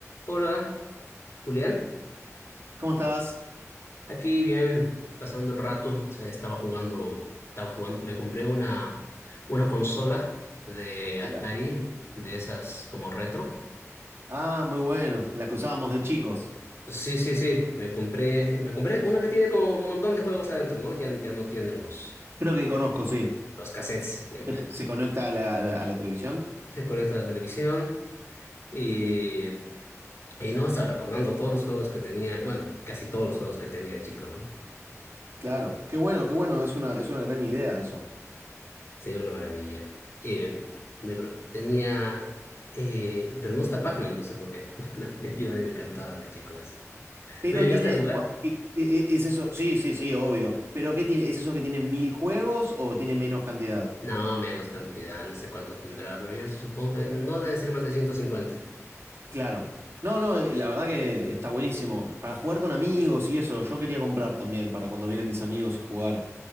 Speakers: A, on the left (about 55°); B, on the right (about 50°).
A: Hola, Julián.
B: ¿Cómo estás?
A: Aquí bien, pasando el rato. O sea, estaba jugando, estaba jugando. Me compré una, una consola de Atari,
B: Mira.
A: de esas como retro.
B: Ah, muy bueno, Las que usábamos de chicos.
A: Sí, sí, sí. Me compré, me compré una que tiene como un montón de juegos adentro, ¿no? Ya, ya no tiene los,
B: Creo que conozco, sí.
A: los cassettes. Eh, ve-
B: ¿Se conecta a la, a la- a la televisión?
A: Se conecta a la televisión y, y no estaba recordando todos los juegos que tenía. Bueno, casi todos los juegos que tenía de chico, ¿no?
B: Claro, qué bueno, qué bueno, es una, es una gran idea eso.
A: Sí, una maravilla. Eh, me pro- tenía, eh, pero no está Pac-Man, no sé por qué. <laughs> Bueno, Yo a mí me encantaba de chico eso.
B: Pero
A: ¿Tú llegaste
B: tiene,
A: a jugar?
B: ¿qué- qué- ¿es eso? Sí, sí, sí, obvio. ¿Pero qué tiene? ¿Es eso que tienen mil juegos o tiene menos cantidad?
A: No, menos cantidad, no sé cuántos tendrá, pero yo supongo que no debe ser más de ciento cincuenta
B: Claro. No, no, eh, la verdad que está buenísimo. Para jugar con amigos y eso, yo quería comprar también para cuando vienen mis amigos y jugar.